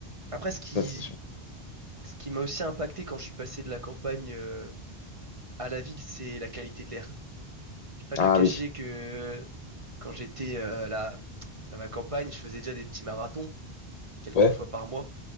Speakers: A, on the right; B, on the left.
A: après, ce qui,
B: Ça, c'est sûr.
A: ce qui m'a aussi impacté quand je suis passé de la campagne euh, à la ville, c'est la qualité de l'air. Je vais pas
B: Ah
A: te le cacher
B: oui.
A: que quand j'étais euh, là, dans ma campagne, je faisais déjà des petits marathons quelques
B: Ouais,
A: fois par mois.